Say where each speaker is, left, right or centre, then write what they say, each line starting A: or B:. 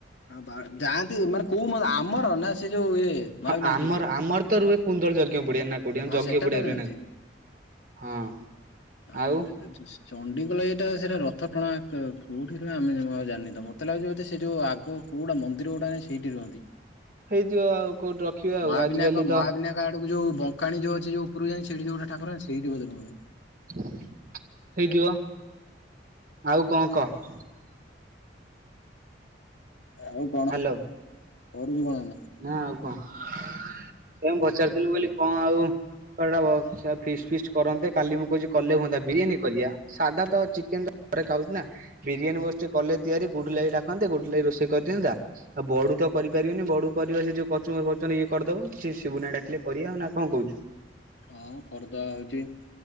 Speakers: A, on the left; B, on the right.
A: ହଁ ବା ଯାଆନ୍ତି ମାନେ କୋଉ ମ ଆମର ନା ସେ ଯୋଉ ଇଏ ମହାବିନାୟକ
B: ହଁ ଆମର
A: ସେ ଯୋଉ ଇଏ।
B: ଆମର ତ ରୁହେ କୁନ୍ଦଳ ଯଜ୍ଞ ପଡିଆ ନା କୋଠି ଆମ
A: ହଁ
B: ଯଜ୍ଞ
A: ସେଟା
B: ପଡିଆ
A: ତ ମୁଁ
B: ରୁହେ
A: ଜାଣିଛି।
B: ନା। ହଁ।
A: <unintelligible>
B: ଆଉ
A: ଚଣ୍ଡିଖୋଲ ଏଇଟା ସେଇଟା ରଥ ଟଣା କୋଉଠି ନୁହେ ଆମେ ଜାଣିନି ତ ମତେ ଲାଗୁଛି ବ ସେ ଯୋଉ ଆଗକୁ କୋଉଡା ମନ୍ଦିର ଗୋଡା ନା ସେଇଠି ରୁହନ୍ତି?
B: ହେଇଯିବ ଆଉ କୋଉଠି ରଖିବା
A: ମହାବିନାୟକ
B: ଆଉ ଆଜିକାଲି
A: ମହାବିନାୟକ
B: ତ,
A: ଆଡକୁ ଯୋଉ ବଙ୍କାଣୀ ଯଉ ଅଛି ଯୋଉ ଉପକୁଜାଇ ସେଠି ଯୋଉଠାକୁର ସେଠି ବୋଧେ ରହନ୍ତି।
B: ହେଇଯିବ ଆଉ କଣ କହ?
A: ଆଉ କଣ
B: ହ୍ୟାଲୋ
A: ପଢୁଛୁ କଣ ଏଇନା?
B: ନା ଆଉ କଣ ଏ ପଚାରୁଥିଲୁ ବୋଲି କଣ ଆଉ <inaudible> ଫିଷ୍ଟ ଫିଷ୍ଟ କରନ୍ତେ କାଲି ମୁଁ କହୁଛି କଲେ ହୁଅନ୍ତା ବିରିୟାନୀ କରିବା। ସାଧା ତ ଚିକେନ ତ ଘରେ ଖାଉଛି ନା। ବିରିୟାନ ଭୋଜି କଲେ ତିଆରି ଗୁଡୁଲୁ ଭାଇ ଡାକନ୍ତେ ଗୁଡୁଲୁ ଭାଇ ରୋଷେଇ କରିଦିଅନ୍ତା। ଆଉ ବଡୁ ତ କରିପାରିବନି ବଡୁ କରିବା ସେ ଯୋଉ କଂଚୁମ୍ୱର୍ ଫଂଚୁବର୍ ଇଏ କରିଦବ ସିଏ ସିବୁ ନା ଡାକିଲେ କରିବା ଆଉ ନା କଣ କହୁଛୁ?
A: ହଁ କରିଦବା ହଉଛି